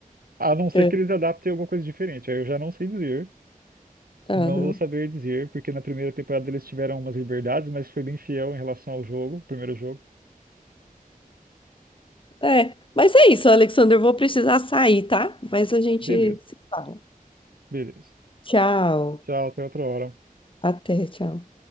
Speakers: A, on the right; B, on the left.
A: A não ser
B: É,
A: que eles adaptem alguma coisa diferente, aí eu já não sei dizer,
B: aham.
A: não vou saber dizer, porque na primeira temporada eles tiveram umas liberdades, mas foi bem fiel em relação ao jogo, primeiro jogo.
B: É, mas é isso, Alexander. Eu vou precisar sair, tá? Mas a gente
A: Não, beleza,
B: se fala.
A: beleza.
B: Tchau.
A: Tchau, até outra hora.
B: Até, tchau.